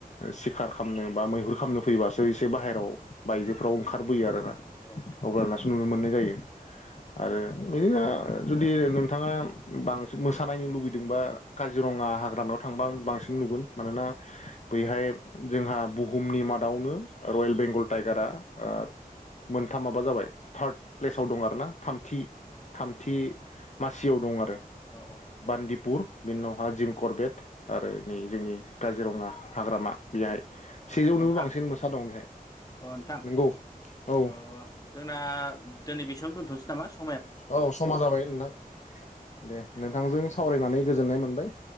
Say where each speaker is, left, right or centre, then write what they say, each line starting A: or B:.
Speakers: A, on the left; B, on the left.
A: सिखार खालामनो बा मैहुर खालामनो फैबासो ओ एसे बाहेराव बायजोफोराव ओंखारबोयो
B: औ
A: आरो ना
B: औ औ नोंथां
A: अब्लानासो नुनो मोनो जायो
B: औ
A: आरो बिदिनो जुदि नोंथाङा बांसिन मोसा नायनो लुबैदोंबा काजिरङा हाग्रा हाग्रामायाव थांबा
B: औ
A: बांसिन नुगोन मानोना
B: औ
A: बैहाय जोंहा बुहुमनि मादावनो रयेल बेंगल टाइगारा ओ मोनथाम माबा जाबाय थार्द प्लेसाव दं आरोना थामथि थामथि मासियाव दं आरो
B: औ
A: बान्दिपुर बेनि उनावहा जिम करबेट आरो नै जोंनि काजिरङा हाग्रामा बेहाय
B: औ औ
A: सेजौनिबो
B: नोंथां
A: बांसिन मोसा दं
B: अ नोंथां
A: नंगौ औ
B: अ जोंना दिनै बेसेयावनो दोनथ'नोसै थांनां सिगोन
A: औ समा जाबाय नोंथां दे नोंथांजों
B: नोंथां दे
A: सावरायनानै
B: दे
A: गोजोननाय मोनबाय